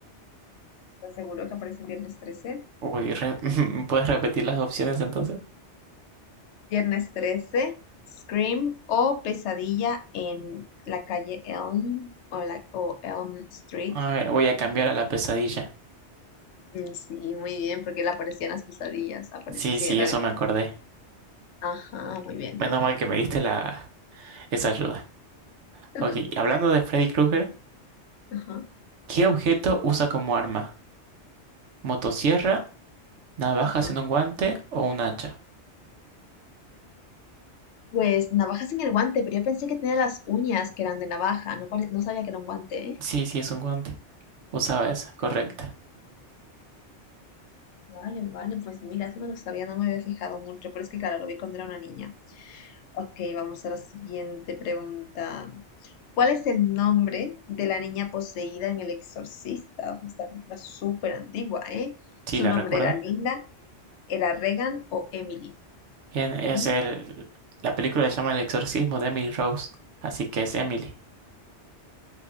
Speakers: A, on the left; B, on the right.
A: ¿Estás seguro que aparece en Viernes 13?
B: Uy, re- <laughs> ¿puedes repetir las opciones entonces?
A: Viernes 13, Scream o Pesadilla en la calle Elm o, la- o Elm Street.
B: A ver, voy a cambiar a la pesadilla.
A: Mm, Sí, muy bien, porque le aparecían las pesadillas, apareciera.
B: Sí, sí, eso me acordé.
A: Ajá, muy bien,
B: Menos
A: perfecto.
B: mal que me diste la... esa ayuda.
A: <laughs>
B: Ok, hablando de Freddy Krueger,
A: Ajá,
B: ¿qué objeto usa como arma? ¿Motosierra, navaja
A: ajá.
B: sin un guante o un hacha?
A: Pues navajas en el guante, pero yo pensé que tenía las uñas que eran de navaja, no, pare- no sabía que era un guante, ¿eh?
B: Sí, sí, es un guante. Usaba esa, correcta.
A: Vale, vale, pues mira, eso no lo sabía, no me había fijado mucho, pero es que claro, lo vi cuando era una niña. Ok, vamos a la siguiente pregunta. ¿Cuál es el nombre de la niña poseída en El Exorcista? Esta película es súper antigua, ¿eh?
B: Sí,
A: ¿Su
B: la
A: nombre
B: recuerdo.
A: era Linda, era Regan o Emily?
B: Bien, es
A: ¿Mm?
B: el... La película se llama El exorcismo de Emily Rose, así que es Emily,